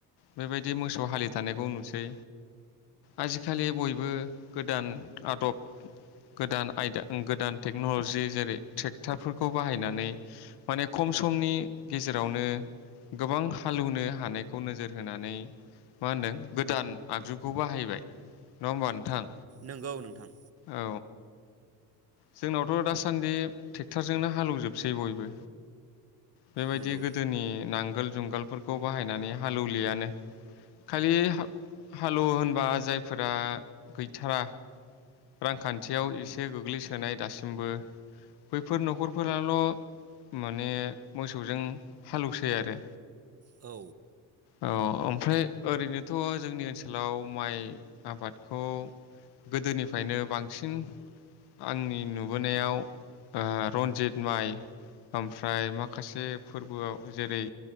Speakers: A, on the left; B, on the right.
A: बेबायदि मोसौ हालि थानायखौ नुसै आजिखालि बयबो गोदान आदब गोदान आयदा गोदान टेक्न'लजि जेरै ट्रेक्टरफोरखौ बाहायनानै माने खम समनि गेजेरावनो गोबां हालौवनो हानायखौ नोजोर होनानै मा होनदों गोदान आगजुखौ बाहायबाय नङा हबा नोंथां
B: नंगौ नोंथां
A: औ जोंनावथ' दासान्दि ट्रेक्टरजोंनो हालौजोबसै बयबो बेबायदि
B: नंगौ
A: गोदोनि नांगोल जुंगाल आगालफोरखौ बाहायनानै हालौलियानो खालि हालौवो होनबा जायफोरा गैथारा रांखान्थियाव एसे गोग्लैसोनाय दासिमबो बैफोर न'खरफोराल' माने मोसौजों हालौसै आरो
B: औ
A: औ ओमफ्राय ओरैनोथ' जोंनि ओनसोलाव माइ आबादखौ गोदोनिफ्राय फ्रायनो बांसिन आंनि नुबोनायाव ओ रन्जित माइ ओमफ्राय माखासे फोरबोआव जेरै